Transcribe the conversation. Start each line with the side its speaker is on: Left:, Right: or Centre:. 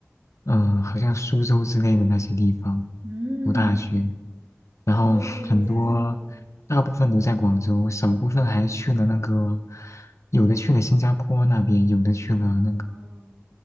Left: 嗯、好像苏州之类的那些地方
Right: 嗯，
Left: 读大学，然后很多大部分都在广州，
Right: 苏州离我家近哦。
Left: 少部分还去了那个，有的去了新加坡那边，有的去了
Right: 哦，